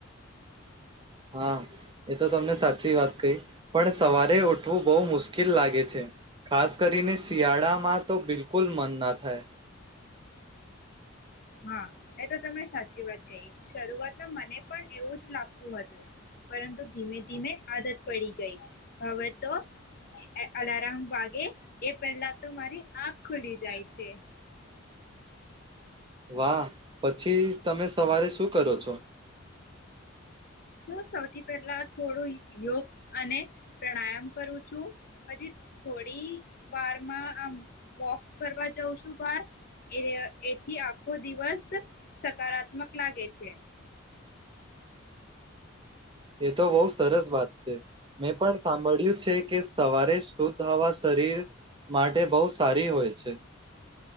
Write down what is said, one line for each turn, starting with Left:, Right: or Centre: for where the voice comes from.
Right: હા એ તો તમને સાચી વાત કહી પણ સવારે ઉઠવું બહુ મુશ્કેલ લાગે છે ખાસ કરીને શિયાળામાં તો બિલકુલ મન ના થાય.
Left: હા એ તો તમે સાચી વાત કહી શરૂઆતમાં મને પણ એવું જ લાગતું હતું પરંતુ ધીમે ધીમે આદત પડી ગઈ હવે તો એ અલારમ વાગે એ પહેલા તો મારી આંખ ખુલી જાય છે.
Right: વાહ પછી તમે સવારે શું કરો છો.
Left: હું સૌથી પહેલા થોડું યોગ અને પ્રાણાયામ કરું છું પછી થોડી વારમાં આમ વોક કરવા જઉં છું બાર એ એથી આખો દિવસ સકારાત્મક લાગે છે.
Right: એ તો બહુ સરસ વાત છે મેં પણ સાંભળ્યું છે કે સવારે શુદ્ધ હવા શરીર માટે બહુ સારી હોય છે.